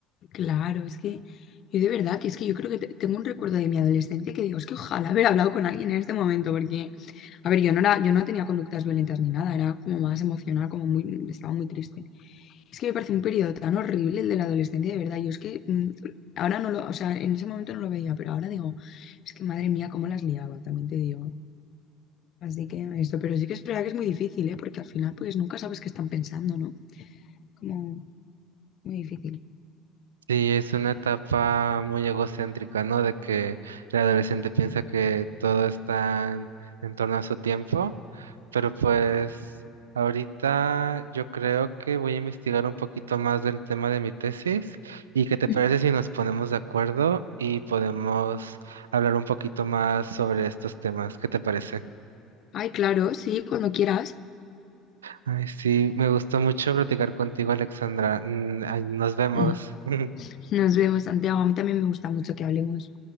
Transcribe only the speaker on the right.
Sí, es una etapa muy egocéntrica, ¿no? De que el adolescente piensa que todo está en, en torno a su tiempo, pero pues ahorita yo creo que voy a investigar un poquito más del tema de mi tesis y qué te
parece si nos ponemos de acuerdo y podemos hablar un poquito más sobre estos temas. ¿Qué te parece?
Ay, sí, me gustó mucho platicar contigo, Alexandra. Mm, ay, nos vemos.
<laughs>